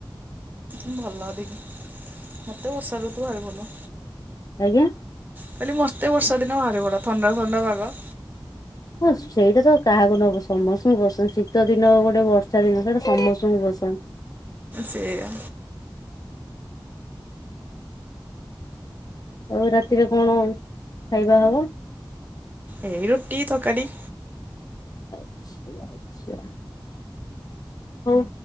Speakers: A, on the right; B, on the left.
A: ଭଲବି ମତେ ବର୍ଷା ରୁତୁ ଭାରି ଭଲ।
B: ଆଜ୍ଞା,
A: ଖାଲି ମତେ ବର୍ଷା ଦିନ ଭାରି ଭଲ ଥଣ୍ଡା ଥଣ୍ଡା ପାଗ।
B: ହଁ ସେଇଟା ତ କାହାକୁ ନ ପସନ୍ଦ। <unintelligible> ଶୀତ ଦିନ ଗୋଟେ ବର୍ଷା ଦିନ ସେଇଟା ସମସ୍ତଙ୍କୁ ପସନ୍ଦ।
A: ସେଇୟା।
B: ଆଉ ରାତିରେ କଣ ଖାଇବା ହବ?
A: ଏଇ ରୁଟି, ତରକାରି।
B: ଆଛା ଆଛା। ହଉ